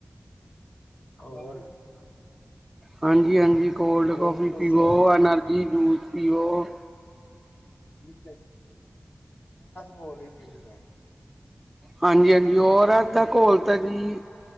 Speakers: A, on the left (about 45°); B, in the centre.
A: ਹੋਰ
B: ਹਾਂਜੀ-ਹਾਂਜੀ ਕੋਲਡ
A: ਹੋਰ
B: ਕਾਫੀ
A: ਤੁਸੀਂ
B: ਪੀਓ ਐਨਰਜੀ ਜੂਸ ਪੀਓ
A: ਤੇ ਬੋਲ ਹੀ ਪੀ ਕੇ
B: ਹਾਂਜੀ-ਹਾਂਜੀ ਔਰ ਦਾ ਘੋਲ ਤਾਂ ਜੀ